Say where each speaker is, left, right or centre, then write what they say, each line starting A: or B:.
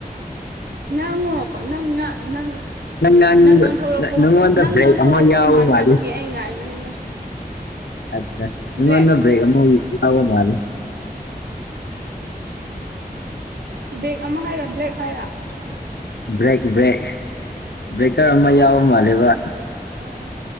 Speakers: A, on the right; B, on the left.
A: ꯉꯥꯡꯉꯣ ꯅꯪ ꯉ ꯅꯪ
B: ꯉꯥꯡꯅꯤꯡꯕ
A: ꯅꯪ ꯉꯥꯡꯊꯣꯔꯛꯄ
B: ꯅꯪꯉꯣꯟꯗ
A: ꯅꯪ
B: ꯕ꯭ꯔꯦꯛ
A: ꯉꯥꯡꯊꯣꯔꯛꯇꯧ
B: ꯑꯃ ꯌꯥꯎꯕ
A: ꯃꯥꯟꯕ
B: ꯃꯥꯜꯂꯤ
A: ꯑꯗꯨꯒꯤ ꯑꯩ ꯉꯥꯏꯕꯅꯤꯅ
B: ꯑꯠ ꯃꯤꯉꯣꯟꯗ
A: ꯕ꯭ꯂꯦꯛ
B: ꯕ꯭ꯔꯦꯛ ꯑꯃ ꯂꯥꯎꯕ ꯃꯥꯂꯦ
A: ꯕꯦꯛ ꯑꯃ ꯍꯥꯏꯔꯥ ꯕ꯭ꯂꯦꯛ ꯍꯥꯏꯔꯥ
B: ꯕ꯭ꯔꯦꯛ ꯕ꯭ꯔꯦꯛ ꯕ꯭ꯔꯦꯛꯀꯔ ꯑꯃ
A: ꯑꯣ
B: ꯌꯥꯎꯕ ꯃꯥꯜꯂꯦꯕ
A: ꯑꯣ ꯑꯣ